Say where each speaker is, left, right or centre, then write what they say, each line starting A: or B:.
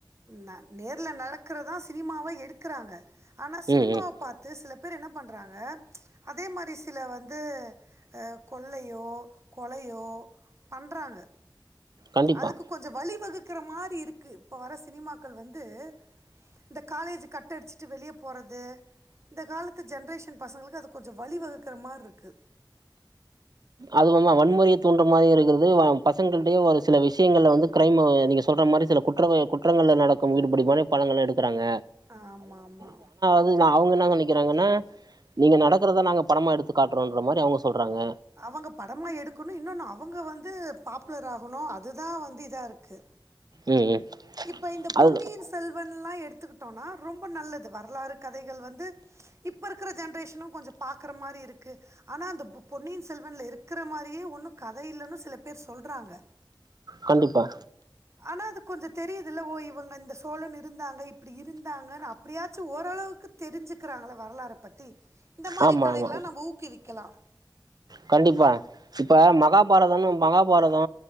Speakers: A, on the right (about 35°); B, on the right (about 55°).
A: ந நேர்ல நடக்றதா சினிமாவா எடுக்றாங்க ஆனா சினிமாவ
B: ம் ம்
A: பாத்து சில பேர் என்ன பண்றாங்க அதே மாரி சில வந் து அ கொள்ளையோ கொலையோ பண்றாங்க
B: கண்டிப்பா
A: அதுக்கு கொஞ்சோ வழி வகுக்கற மாரி இருக்கு இப்ப வர சினிமாக்கள் வந்து இந்த காலேஜி கட்டு அடுச்சிட்டு வெளிய போறது இந்த காலத்து ஜென்ரேஷன் பசங்ளுக்கு அது கொஞ்சோ வழி வகுக்குறா மார்ருக்கு
B: அதுவம்மா வன்முறைய தூன்ற மாரியு இருக்கற்து வ பசங்கள்டியு ஒரு சில விஷியங்கள்ல வந்து க்ரைமு நீங்க சொல்ற மாரி சில குற்றங்கள் குற்றங்கள்ல நடக்கு ஈடுபடியுமான படங்கள்ல எடுக்குறாங்க
A: ஆமா ஆமா
B: ம் அவுங்க என்னா நனைக்கறாங்கனா நீங்க நடக்கறத நாங்க படமா எடுத்து காட்றோன்ற மாரி அவுங்க சொல்றாங்க
A: அவங்க படமா எடுக்குணு இன்னொன்னு அவங்க வந்து பாப்புலர் ஆகணு அது தா வந்து இதா இருக்கு
B: ம் ம்
A: இப்ப இந்த
B: அது
A: பொன்னியின் செல்வன்லா எடுத்துக்கிட்டோனா ரொம்போ நல்லது வரலாறு கதைகள் வந்து இப்ப இருக்கிற ஜென்ரேஷ்னு கொஞ்சோ பாக்கற மாரி இருக்கு ஆனா அந்த பு பொன்னியின் செல்வன்ல இருக்கற மாரியே ஒன்னு கத இல்லன்னு சில பேர் சொல்றாங்க
B: கண்டிப்பா
A: ஆனா அது கொஞ்ச தெரியுதுல ஓ இவுங்க இந்த சோழன் இருந்தாங்க இப்பிடி இருந்தாங்கன்னு அப்டியாச்சு ஓரளவுக்கு தெரிஞ்சுக்கிறாங்கள வரலாற பத்தி இந்த மாரி
B: ஆமா
A: கதைகளா
B: ஆமா
A: நம்ம ஊக்குவிக்கலா
B: கண்டிப்பா இப்ப மகாபாரதனு மகாபாரதோ